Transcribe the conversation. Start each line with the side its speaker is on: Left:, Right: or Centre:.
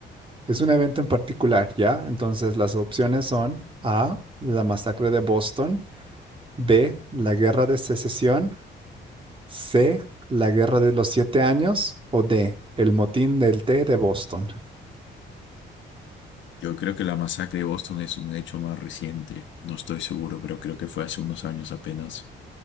Right: Es un evento en particular, ¿ya? Entonces, las opciones son A, la masacre de Boston, B, la guerra de secesión, C, la guerra de los siete años o D, el motín del té de Boston.
Left: Yo creo que la masacre de Boston es un hecho más reciente. No estoy seguro, pero creo que fue hace unos años apenas.